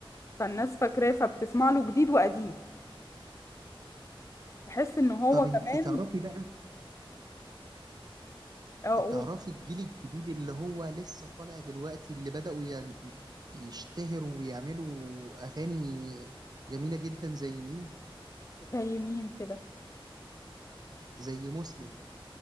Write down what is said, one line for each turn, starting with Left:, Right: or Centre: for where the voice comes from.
Left: فالناس فاكراه فبتسمع له جديد وقديم بحس ان هو
Right: طب
Left: كمان
Right: انت تعرفي بقى
Left: اقول
Right: تعرفي الجيل الجديد اللي هو لسه طالع دلوقتي اللي بدأوا ين- يشتهروا ويعملوا أغاني جميلة جدا زي مين؟
Left: زي مين كده
Right: زي مسلم